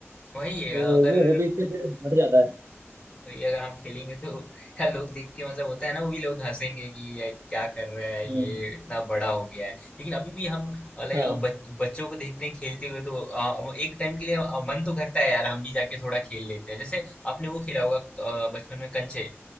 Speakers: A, on the left; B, on the right.
A: वही
B: तो
A: है, अगर
B: वो हॉबीज से फिर हट जाता है
A: वही अगर हम खेलेंगे तो यार लोग देख के मतलब होता है ना वो भी लोग हंसेंगे कि ये क्या कर रहा है
B: हम्म
A: ये इतना बड़ा हो गया है लेकिन अभी भी हम लाइक
B: हाँ
A: बच, बच्चों को देखते हैं खेलते हुए तो अ, एक टाइम के लिए अ, मन तो करता है यार हम भी जाके थोड़ा खेल लेते हैं जैसे आपने वो खेला होगा अ, बचपन में कंचे